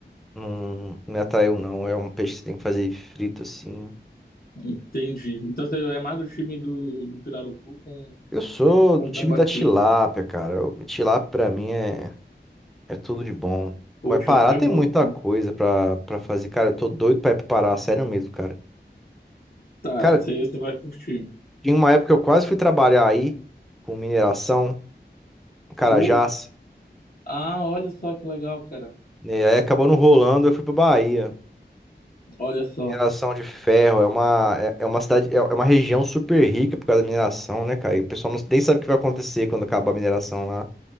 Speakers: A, in the centre; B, on the left (about 55°).
A: não não me atraiu, não. É um peixe que você tem que fazer frito, assim.
B: entende. Então você é mais do time do, do Pirarucu com,
A: Eu sou
B: com
A: do
B: tambaqui.
A: time da tilápia, cara. O tilápia pra mim é, é tudo de bom.
B: Ou
A: Mas
B: tilápia
A: Pará tem
B: é bom,
A: muita
B: né?
A: coisa pra, pra fazer. Cara, eu tô doido pra ir pro Pará, sério mesmo, cara.
B: Tá,
A: Cara,
B: você você vai curtir.
A: tinha uma época que eu quase fui trabalhar aí, com mineração, em Carajás.
B: Ou, ah, olha só que legal, cara.
A: né? Aí acabou não rolando, eu fui pra Bahia.
B: Olha só,
A: Mineração de ferro é uma, é, é uma cidade, é é uma região super rica por causa da mineração, né, cara? E o pessoal não- nem sabe o que vai acontecer quando acabar a mineração lá.